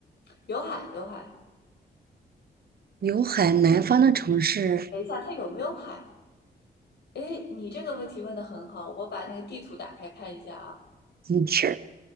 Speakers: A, on the left; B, on the right.
A: 有海，有海。
B: 有海，南方的城市，
A: 等一下，它有没有海？哎，你这个问题问的很好，我把那个地图打开看一下啊。
B: 你是